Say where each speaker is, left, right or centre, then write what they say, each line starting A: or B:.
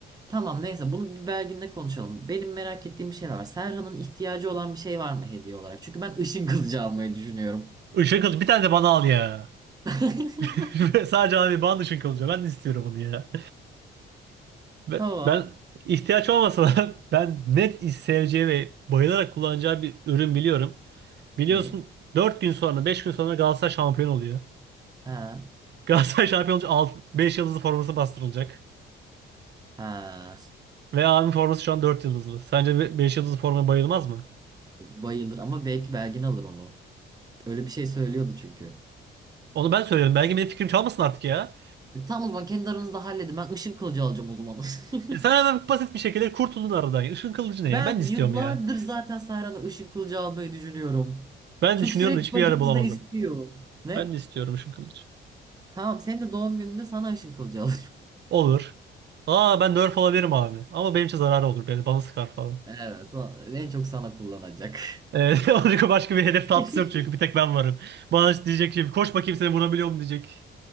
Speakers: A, on the right; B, on the right.
A: tamam neyse bunu bir Belgin'le konuşalım. Benim merak ettiğim bir şeyler var. Serhan'ın ihtiyacı olan bir şey var mı hediye olarak? Çünkü ben ışın kılıcı almayı düşünüyorum.
B: Işın kılıcı bir tane de bana al ya.
A: <laughs>
B: <laughs> Sadece abi bana ışın kılıcı. Ben de istiyorum onu ya. Ben,
A: Tamam.
B: ben ihtiyaç olmasa da <laughs> ben net seveceği ve bayılarak kullanacağı bir ürün biliyorum. Biliyorsun
A: Ne?
B: 4 gün sonra 5 gün sonra Galatasaray şampiyon oluyor.
A: Ha.
B: <laughs> Galatasaray şampiyon olunca beş yıldızlı forması bastırılacak.
A: Ha.
B: Ve abim forması şu an 4 yıldızlı. Sence 5 yıldızlı formaya bayılmaz mı?
A: Bayılır ama belki Belgin alır onu. Öyle bir şey söylüyordu çünkü.
B: Onu ben söylüyorum. Belki benim fikrim çalmasın artık ya.
A: E, Tamam o zaman kendi aranızda halledin. Ben ışın kılıcı alacağım o zaman.
B: E
A: <laughs>
B: sen hemen basit bir şekilde kurtuldun aradan. Işın kılıcı ne
A: Ben
B: ya? Ben de istiyorum
A: yıllardır
B: ya.
A: zaten Sayran'a ışın kılıcı almayı düşünüyorum.
B: Ben
A: Çünkü
B: düşünüyorum
A: sürekli
B: da hiçbir
A: başımızda
B: yerde bulamadım.
A: istiyor. Ne?
B: Ben de istiyorum ışın kılıcı.
A: Tamam senin de doğum gününde sana ışın kılıcı alırım. <laughs>
B: Olur. Aa ben nerf olabilirim abi. Ama benim için zararı olur. Beni bana sıkar falan.
A: Evet o- en çok sana kullanacak.
B: Evet, <laughs> başka başka bir hedef
A: <laughs>
B: tatlısı yok çünkü bir tek ben varım. Bana işte diyecek şimdi koş bakayım seni vurabiliyor mu diyecek.